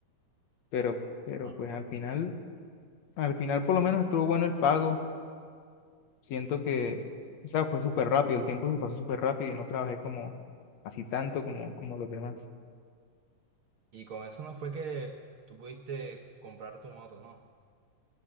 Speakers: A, on the left (about 65°); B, on the right (about 65°).
A: Pero, pero
B: Ajá.
A: pues al final, al final por lo menos estuvo bueno el pago Siento que, o sea, fue súper rápido, el tiempo se pasó súper rápido y no trabajé como así tanto como, como los demás.
B: Y con eso no fue que tú pudiste comprar tu moto, ¿no?